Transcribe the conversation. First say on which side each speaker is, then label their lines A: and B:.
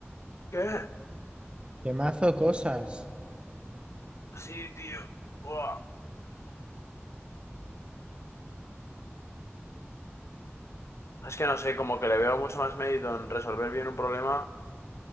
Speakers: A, on the left; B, on the right.
A: ¿Qué?
B: ¿Qué mazo cosas?
A: Sí, tío. Buah. Es que no sé, como que le veo mucho más mérito en resolver bien un problema.